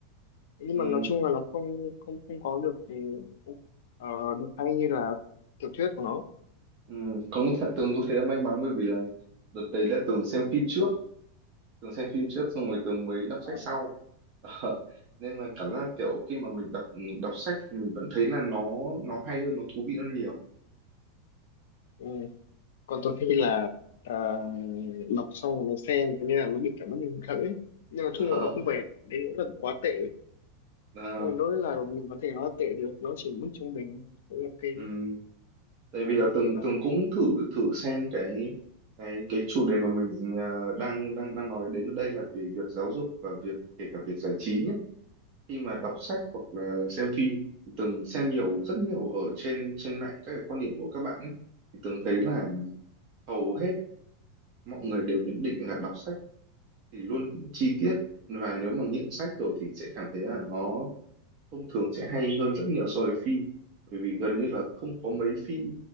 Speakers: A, on the left; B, on the right.
A: nhưng
B: Ừ,
A: mà nói chung là nó không không không có được ừ, ờ, được hay như là tiểu thuyết của nó
B: ừ. Có nghĩa là Tường có thể đã may mắn bởi vì là đợt đấy đã Tường xem phim trước, Tường xem phim trước xong rồi Tường mới đọc sách
A: Ờ,
B: sau. <laughs> Ờ, nên là cảm giác kiểu khi mà mình đọc đọc sách thì mình vẫn thấy là nó nó hay hơn, nó thú vị hơn nhiều.
A: ừ. còn tôi khi là ờ, đọc xong rồi mới xem thế nên là nó bị cảm giác mình khởi nhưng mà nói
B: <laughs>
A: chung
B: Ờ,
A: là nó không phải đến nỗi là quá tệ
B: à,
A: không phải nói là mình có thể nó tệ được nó chỉ mức trung bình Đấy là cái
B: ừm, tại
A: không
B: vì là
A: nó
B: Tường
A: tệ lắm
B: Tường cũng thử thử xem cái cái cái chủ đề mà mình à, đang đang đang nói đến ở đây là về việc giáo dục và việc kể cả việc giải trí nhé. Khi mà đọc sách hoặc là xem phim thì Tường xem nhiều rất nhiều ở trên trên mạng các cái quan điểm của các bạn ấy thì Tường thấy là hầu hết mọi người đều nhận định là đọc sách thì luôn chi tiết và nếu mà nghiện sách rồi thì sẽ cảm thấy là nó thông thường sẽ hay hơn rất nhiều so với phim bởi vì gần như là không có mấy phim